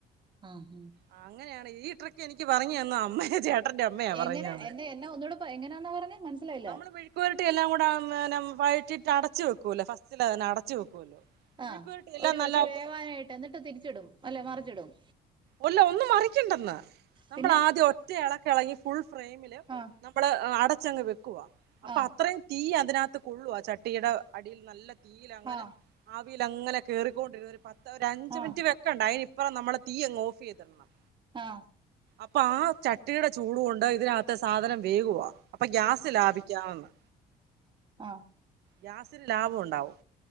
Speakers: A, on the right; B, on the right.
A: ആഹ് ഉം
B: ആഹ് ആങ്ങനെയാണ് ഈ ട്രി ക്കെനിക്ക് പറഞ്ഞ് തന്നെ അമ്മയാ ചേട്ടന്റെ അമ്മയാ പറഞ്ഞ്
A: എങ്ങനെ
B: തന്നെ
A: എന്നെ എന്നെ ഒന്നൂടെ പ എങ്ങനാന്നാ പറഞ്ഞെ മനസ്സിലായില്ല
B: നമ്മള് മെഴ് ക്കുവരട്ടി എല്ലാം കൂടെ അന്നേരം വഴറ്റീട്ട് അടച്ചു വെക്കൂല്ലോ ഫസ്റ്റില്തന്നെ അടച്ചു വെക്കൂല്ലോ
A: ആഹ്
B: മെഴുക്കുപുരട്ടി എല്ലാം
A: ഒരു വശം
B: നല്ലായിട്ട്
A: വേവാനായിട്ട് എന്നിട്ട് തിരിച്ചിടും അല്ലേ മറിച്ചിടും
B: ഒല്ലാ ഒന്നും മറിക്കണ്ടെന്ന് നമ്മളാദ്യം
A: പിന്നെ
B: ഒറ്റ എളക്കെളകി ഫുൾ ഫ്രെയിമില്
A: ആ
B: നമ്മള് അടച്ചങ്ങ് വെക്കുവാ അപ്പ
A: ആ
B: അത്രയും തീ അതിനകത്ത് കൊള്ളും ആഹ് ചട്ടീടെ അടിയിൽ നല്ല തീയിലങ്ങനെ
A: ആ
B: ആവിയിലങ്ങനെ കേറിക്കൊണ്ടിരുന്നൊരു പത്ത് ഒരു അഞ്ചു
A: ആ
B: മിനിറ്റ് വെക്കണ്ട അയ്നിപ്പറം നമ്മള് തീയങ്ങ് ഓഫെയ്തിടണം
A: ആ
B: അപ്പാ ചട്ട് ചട്ടീടെ ചൂടു കൊണ്ട് ഇതിനകത്തെ സാധനം വേകുവാ അപ്പൊ ഗ്യാസ് ലാഭിക്കാന്ന്
A: അഹ്
B: ഗ്യാസിന് ലാഭം ഉണ്ടാവും